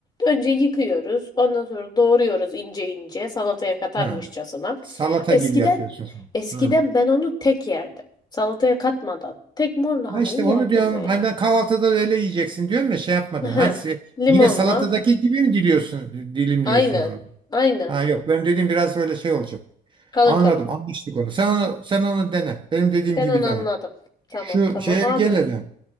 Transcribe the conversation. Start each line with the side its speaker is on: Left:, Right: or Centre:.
Left: önce yıkıyoruz. Ondan sonra doğruyoruz ince ince salataya katarmışçasına.
Right: Ha. Salata
Left: Eskiden
Right: gibi yapıyorsun sen.
Left: eskiden
Right: Hı.
Left: ben onu tek yerdim. Salataya katmadan. Tek mor lahanayı
Right: Ha işte
Left: yerdim
Right: onu diyorum.
Left: böyle.
Right: Hani ben kahvaltıda da öyle yiyeceksin diyorum ya şey yapmadan.
Left: hı
Right: Ha, se-
Left: Limonla.
Right: yine salatadaki gibi mi diliyorsun, dilimliyorsun
Left: Aynen.
Right: onu?
Left: Aynen.
Right: Ha yok benim dediğim biraz böyle şey olacak.
Left: Kalın
Right: Anladım,
Left: kalın.
Right: anlaştık onu. Sen onu, sen onu dene. Benim dediğim
Left: Ben
Right: gibi
Left: onu
Right: dene.
Left: anladım. Tamam
Right: Şu
Left: tamam.
Right: şeye
Left: Abi
Right: bir gel hadi.